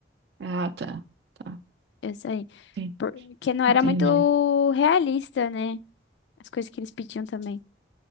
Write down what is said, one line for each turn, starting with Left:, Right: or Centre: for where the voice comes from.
Right: Ah, tá, tá.
Left: eu saí,
Right: Sim,
Left: porque não era
Right: entendi.
Left: muito realista, né, as coisas que eles pediam também.